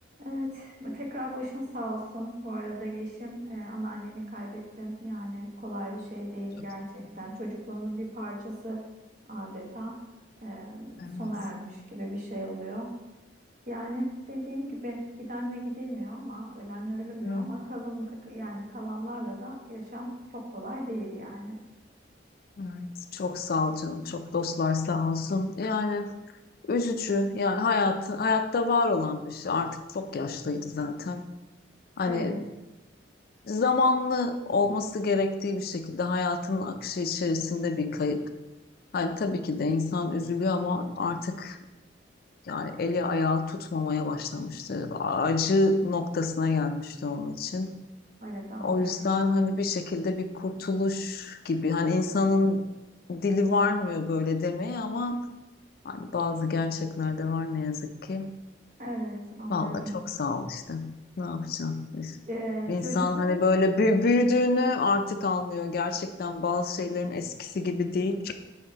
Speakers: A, on the right; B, on the left.
A: Evet, tekrar başın sağ olsun. Bu arada Yeşim, e, anneanneni kaybettin. Yani kolay bir şey değil
B: Çok
A: gerçekten.
B: sağ ol.
A: Çocukluğunun bir parçası adeta e,
B: Vermez.
A: sona ermiş gibi bir şey oluyor. Yani dediğim gibi gidenle gidilmiyor ama ölenle ölünmüyor
B: Yok,
A: ama kalın yani kalanlarla da yaşam çok kolay değil yani.
B: Evet. Çok sağ ol canım. Çok dostlar sağ olsun. Yani üzücü. Yani hayat, hayatta var olan bir şey. Artık çok yaşlıydı zaten. Hani
A: Evet,
B: zamanlı olması gerektiği bir şekilde hayatının akışı içerisinde bir kayıp. Hani tabii ki de insan üzülüyor ama artık yani eli ayağı tutmamaya başlamıştı. Acı noktasına gelmişti onun için.
A: evet anlıyorum.
B: O yüzden hani bir şekilde bir kurtuluş gibi hani insanın dili varmıyor böyle demeye ama hani bazı gerçekler de var ne yazık ki.
A: Evet, anlıyorum.
B: Vallahi çok sağ ol işte. Ne yapacağım?
A: E,
B: İnsan
A: çocukluğun,
B: hani böyle bü- büyüdüğünü artık anlıyor. Gerçekten bazı şeylerin eskisi gibi değil.